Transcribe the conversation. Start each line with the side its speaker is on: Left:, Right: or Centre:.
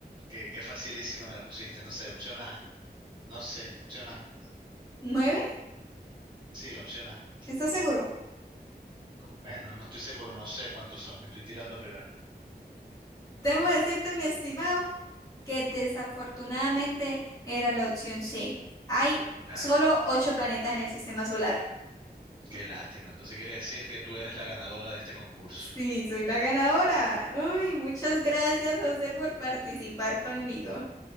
Right: Qué, qué facilísima me la pusiste, no sé. Opción A, no sé. Opción A.
Left: 9.
Right: Sí, la opción A.
Left: ¿Estás seguro?
Right: Con- Bueno, no estoy seguro, no sé cuántos son. Estoy tirando a pegar.
Left: Temo decirte, mi estimado, que desafortunadamente era la opción C. Hay
Right: Ay,
Left: solo 8 planetas en el sistema solar.
Right: Qué lástima. Entonces quiere decir que tú eres la ganadora de este concurso.
Left: Sí, soy la ganadora. Uy, muchas gracias, José, por participar conmigo.